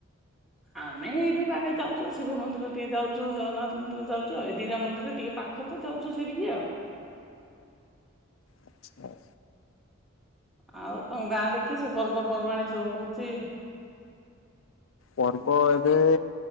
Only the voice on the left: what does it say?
ଆଚ୍ଛା।
ପର୍ବ ଏବେ